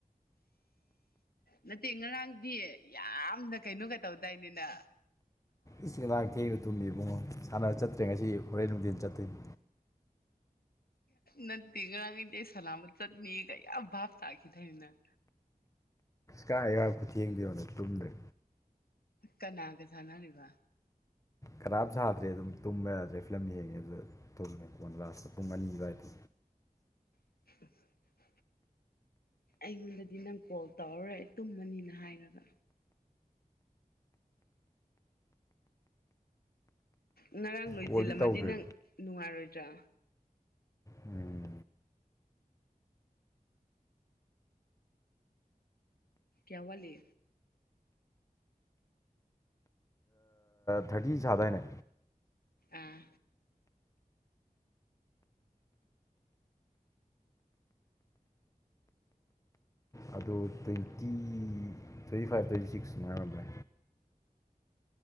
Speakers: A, on the left (about 85°); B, on the left (about 20°).
A: ꯅꯠꯇꯦ ꯉꯔꯥꯡꯗꯤ ꯌꯥꯝꯅ ꯀꯩꯅꯣꯒ ꯇꯧꯗꯥꯏꯅꯦꯅ
B: ꯏꯁꯤꯡ ꯂꯥꯡ <inaudible> ꯊꯦꯑꯒ ꯇꯨꯝꯃꯤ ꯏꯕꯨꯡꯣ ꯁꯥꯟꯅꯕꯔ ꯆꯠꯇ꯭ꯔꯦ ꯉꯁꯤ ꯍꯣꯔꯦꯟ ꯅꯨꯡꯊꯤꯟ ꯆꯠꯇꯣꯏꯅꯤ
A: ꯅꯠꯇꯦ ꯉꯔꯥꯡ ꯀꯔꯤꯒꯦꯠ ꯆꯠꯅꯤꯅ ꯚꯥꯞ ꯌꯥꯝ ꯇꯥꯈꯤꯗꯥꯢꯅꯦ ꯅꯪ
B: ꯀꯥꯏ ꯉꯔꯤꯡ ꯈꯨꯠꯊꯦꯡꯗꯣꯌꯣ ꯇꯨꯝꯗ꯭ꯔꯦ
A: ꯀꯅꯥꯒ ꯁꯥꯟꯅꯔꯤꯕ
B: ꯀꯔꯥꯝ ꯁꯥꯗ꯭ꯔꯦ ꯑꯗꯨꯝ ꯇꯨꯝꯕ ꯌꯥꯗ꯭ꯔꯦ ꯐꯤꯂꯝ ꯍꯡꯉꯦ ꯑꯗꯨꯗ ꯊꯨꯝꯉꯦ ꯄꯣꯟ ꯂꯥꯁꯇ ꯄꯨꯡ ꯑꯅꯤ ꯑꯗꯨꯋꯥꯏꯗ
A: <unintelligible> ꯑꯩꯉꯣꯟꯗꯗꯤ ꯅꯪ ꯀꯣꯜ ꯇꯧꯔꯔꯣꯏ ꯑꯩ ꯇꯨꯝꯃꯅꯤꯅ ꯍꯥꯏꯔꯒ ꯉꯔꯥꯡ ꯂꯣꯏꯁꯤꯜꯂꯝꯃꯗꯤ
B: ꯀꯣꯜꯗꯤ ꯇꯧꯗ꯭ꯔꯦ
A: ꯅꯪ ꯅꯨꯡꯉꯥꯏꯔꯣꯏꯗ꯭ꯔꯥ
B: ꯎꯝ
A: ꯀꯌꯥ ꯋꯥꯂꯤ
B: ꯊꯥꯔꯇꯤ ꯁꯥꯗꯅꯦ
A: ꯑꯥ
B: ꯑꯗꯣ twenty twenty five twenty six ꯃꯥꯡꯔꯕ꯭ꯔꯥ